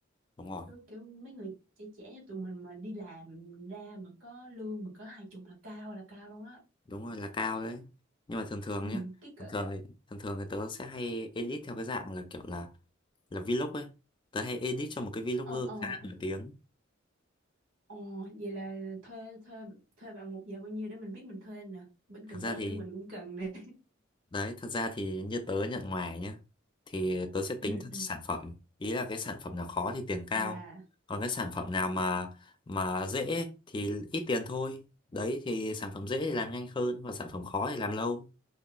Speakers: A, on the left; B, on the right.
A: đúng rồi
B: đôi kiểu mấy người trẻ trẻ như tụi mình mà đi làm ra mà có lương mà có hai chục là cao là cao luôn á
A: đúng rồi là cao đấy nhưng mà thường thường
B: ừ
A: nhá
B: cái cỡ
A: thường thường thì, thường thường thì tớ sẽ hay edit theo cái dạng là kiểu là là vlog ấy tớ hay edit cho một cái vlogger
B: ờ ờ
A: khá là nổi tiếng
B: ờ vậy là thuê thuê thuê bạn một giờ bao nhiêu để mình biết mình thuê nè bên
A: thật
B: content
A: ra thì
B: tụi mình cũng cần nè
A: Đấy, thật ra thì như tớ nhận ngoài nhá, thì tớ sẽ
B: <laughs> ừ
A: tính theo
B: ừ
A: sản phẩm. Ý là cái sản phẩm nào khó thì tiền cao.
B: à
A: Còn cái sản phẩm nào mà mà dễ thì ít tiền thôi. Đấy thì sản phẩm dễ thì làm nhanh hơn và sản phẩm khó thì làm lâu.